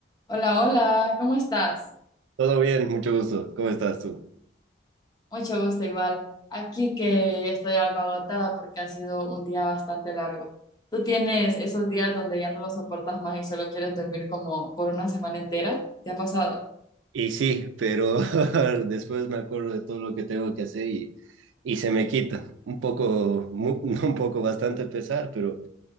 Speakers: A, on the left; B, on the right.
A: Hola, hola, ¿cómo estás?
B: Todo bien, mucho gusto. ¿Cómo estás tú?
A: Mucho gusto igual. Aquí que estoy algo agotada porque ha sido un día bastante largo. ¿Tú tienes esos días donde ya no lo soportas más y solo quieres dormir como por una semana entera? ¿Te ha pasado?
B: Y sí, pero <laughs> después me acuerdo de todo lo que tengo que hacer y, y se me quita. Un poco, mu- <laughs> no un poco, bastante pesar, pero